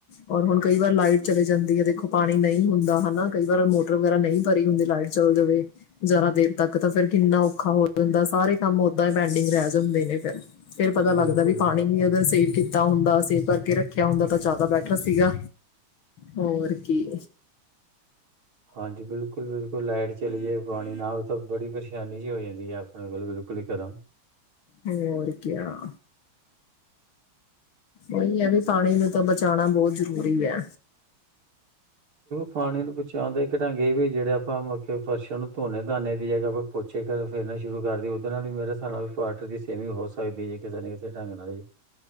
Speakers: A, on the left (about 80°); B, on the right (about 85°).
A: ਔਰ ਹੁਣ ਕਈ ਵਾਰ ਲਾਈਟ ਚਲੇ ਜਾਂਦੀ ਏ, ਦੇਖੋ ਪਾਣੀ ਨਹੀਂ ਹੁੰਦਾ ਹਣਾ ਕਈ ਵਾਰ ਮੋਟਰ ਵਗੈਰਾ ਨੀ ਭਰੀ ਹੁੰਦੀ ਲਾਈਟ ਚੱਲ ਜਾਵੇ ਜ਼ਿਆਦਾ ਦੇਰ ਤੱਕ ਤਾਂ ਫੇਰ ਕਿੰਨਾ ਔਖਾ ਹੋ ਜਾਂਦਾ ਸਾਰੇ ਕੰਮ ਓਦਾਂ ਈ ਪੈਂਡਿੰਗ ਰਹਿ ਜਾਂਦੇ ਨੇ। <unintelligible> ਫੇਰ ਪਤਾ ਲੱਗਦਾ
B: ਬਿਲਕੁਲ
A: ਵੀ, ਪਾਣੀ ਵੀ ਅਗਰ ਸੇਵ ਕੀਤ ਕੀਤਾ ਹੁੰਦਾ ਸੇਵ ਕਰਕੇ ਰੱਖਿਆ ਹੁੰਦਾ ਤਾਂ ਜ਼ਿਆਦਾ ਬੈਟਰ ਸੀਗਾ ਹੋਰ ਕੀ।
B: ਹਾਂਜੀ ਬਿਲਕੁਲ, ਬਿਲਕੁਲ ਲਾਈਟ ਚਲੀ ਜਾਏ ਪਾਣੀ ਨਾ ਤਾਂ ਬੜੀ ਪਰੇਸ਼ਾਨੀ ਚ ਹੋ ਜਾਂਦੀ ਹੈ ਆਪਣੇ ਕੋਲ ਬਿਲਕੁਲ ਹੀ ਖਤਮ।
A: ਹੋਰ ਕਿਆ ਉਹੀ ਹੈ ਵੀ ਪਾਣੀ ਨੂੰ ਤਾਂ ਬਚਾਣਾ ਬਹੁਤ ਜ਼ਰੂਰੀ ਹੈ।
B: ਪਾਣੀ ਨੂੰ ਪਹੁੰਚਾਣ ਦਾ ਇੱਕ ਢੰਗ ਵੀ ਜਿਹੜੇ ਆਪਾਂ ਫਰਸਾ਼ ਨੂੰ ਧੋਨੇ ਧਾਨੇ ਦੀ ਜਗ੍ਹਾ ਆਪਾਂ ਪੋਚੇ ਫੇਰਨਾ ਸ਼ੁਰੂ ਕਰ ਦੀ ਦੀਐ ਉਹਦੇ ਨਾਲ ਵੀ ਮੇਰੇ ਹਿਸਾਬ ਨਾਲ ਵਾਟਰ ਦੀ ਸੇਵਿੰਗ ਹੋ ਸਕਦੀ ਜੀ ਕਿਸੇ ਨਾ ਕਿਸੇ ਢੰਗ ਨਾਲ।